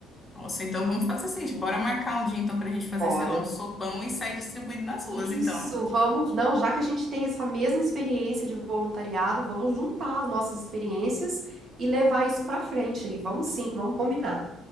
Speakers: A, on the left; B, on the right.
A: Nossa, então vamos fazer assim, bora marcar um dia então pra gente fazer,
B: Bora.
A: sei lá, um sopão e sair distribuindo nas
B: Isso,
A: ruas, então.
B: vamos. Não, já que a gente tem essa mesma experiência de voluntariado, vamos juntar as nossas experiências e levar isso para frente aí. Vamos sim, vamos combinar.